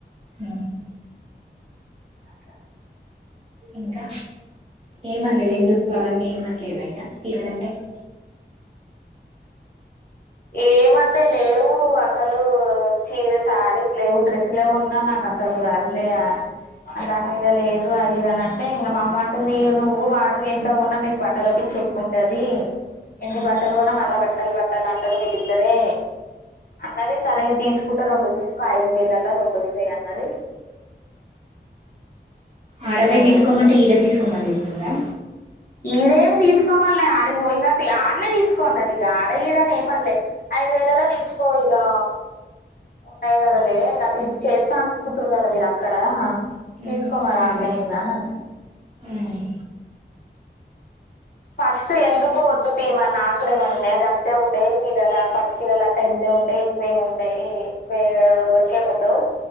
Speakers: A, on the right (about 30°); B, on the left (about 55°).
A: ఉహు
B: అట్లా
A: ఇంకా ఏమనలేదు ఎందుకు అవన్నీ ఏమనలేదా ఇగ చీరలు అంటే. <inaudible>
B: ఏమనిలే లేవు అసలు చీర సా స్లువు డ్రెస్సులే కొన్నా నాకు అంత అదిలే దాని మీద లేదు అది ఇద అని అంటే ఇంకా అమ్మ అంటే మీ నువ్వు వాడు ఎంత ఉన్నా మీకు బట్టల పిచ్చి చెక్ ఉంటది ఎన్ని బట్టలు కోన్నా మళ్ళా బట్టలు బట్టాల అంటారు మీరిద్దరే అన్నాది సరే తీసుకుంటే రెండు తీసుకో ఐదు వేలలా రెండు వస్తాయి అన్నాది
A: ఆడ వోయి
B: అన్నది
A: తీసుకోమంటే ఈడ తీసుకోమని చెప్తుందా
B: ఈడేమి తీసుకోమనలే ఆడ పోయినక ఆడనే తీసుకోన్నది ఇగా ఆడ ఈడని ఏమన్నాలే ఐదు వేలలో తీసుకో‌‌ ఇగా ఉన్నాయి గదా లేక తీసి చేస్తా అనుకుంటారు కదా మీరు అక్కడ
A: ఉమ్
B: తీసుకో మరి ఆడనే
A: అదే
B: ఇగా అన్నానా
A: ఉమ్
B: ఫస్ట్ ఎందుకో వద్దు తీమ నాకు కూడాడేమ గంతే ఉంటాయి చీరలు పట్ చీరలు అంటే ఎంతే ఉంటాయి ఎక్కువేమి ఉంటాయి ఎక్కువ ఎవరకేమి ఉండవు